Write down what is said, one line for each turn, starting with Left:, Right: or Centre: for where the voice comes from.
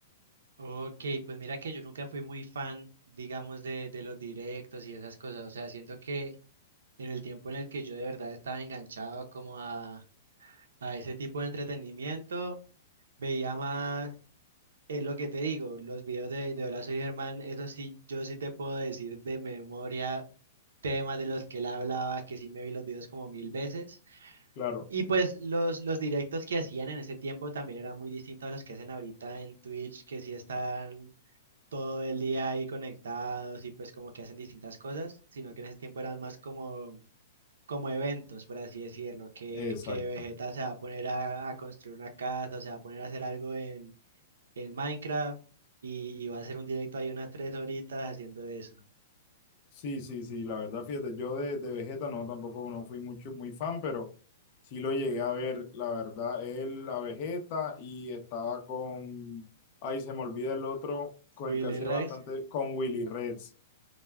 Right: Ok, pues mira que yo nunca fui muy fan, digamos, de, de los directos y esas cosas. O sea, siento que en el tiempo en el que yo de verdad estaba enganchado como a, a ese tipo de entretenimiento, veía más, es lo que te digo, los videos de, de Hola Soy Germán, eso sí, yo sí te puedo decir de memoria temas de los que él hablaba, que sí me vi los videos como mil veces.
Left: Claro,
Right: Y pues los, los directos que hacían en ese tiempo también eran muy distintos a los que hacen ahorita en Twitch, que sí están todo el día ahí conectados y pues como que hacen distintas cosas, sino que en ese tiempo eran más como, como eventos, por así decirlo, que,
Left: exacto.
Right: que Vegeta se va a poner a, a construir una casa, o se va a poner a hacer algo en, en Minecraft y, y va a hacer un directo ahí unas tres horitas haciendo eso.
Left: Sí, sí, sí, la verdad, fíjate, yo de, de Vegeta no, tampoco no fui mucho, muy fan, pero sí lo llegué a ver, la verdad, él a Vegeta y estaba con, ay, se me olvida el otro, con
Right: Willy
Left: el que hacía
Right: Rex,
Left: bastante, con Willy Reds,